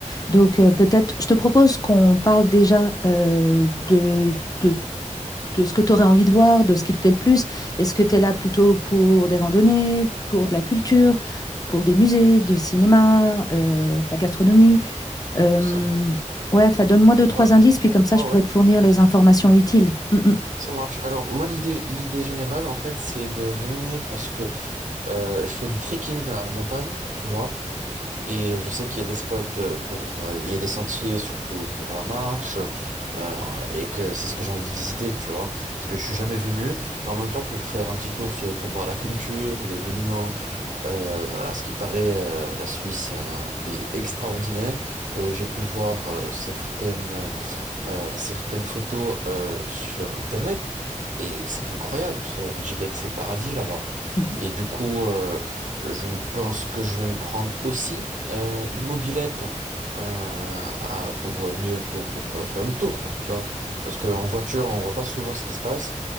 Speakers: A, on the left (about 30°); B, on the right (about 75°).
A: Donc euh, peut-être, je te propose qu'on parle déjà euh, de, de de ce que tu aurais envie de voir, de ce qui te plaît le plus.
B: Mhm.
A: Est-ce que tu es là plutôt pour des randonnées, pour de la culture, pour des musées, du cinéma, euh, de la gastronomie? Euh,
B: Ça marche.
A: ouais, enfin, donne-moi deux, trois
B: Ouais,
A: indices, puis comme ça,
B: ouais,
A: je
B: ouais.
A: pourrais te fournir les informations utiles. Mm, mm.
B: Ça marche. Alors moi l'idée l'idée générale en fait c'est de venir parce que euh, je fais du trekking à la montagne, tu vois. Et je sais qu'il y a des spots euh, pour, euh, il y a des sentiers surtout pour la marche, euh, et que c'est ce que j'ai envie de visiter, tu vois, parce que je suis jamais venu. Et en même temps, pour faire un petit tour sur- pour voir la culture, les monuments, euh, à ce qui paraît, euh, la Suisse est un pays extraordinaire. Euh, j'ai pu voir euh, certaines euh, certaines photos euh, sur Internet et c'est incroyable. ça, On dirait que c'est le paradis là-bas.
A: Mhm.
B: Et du coup, euh, je me pense que je vais me prendre aussi euh, une mobilette. euh, à- pour euh, mieux pour, pour euh, faire le tour quoi tu vois parce que en voiture on voit pas souvent ce qui se passe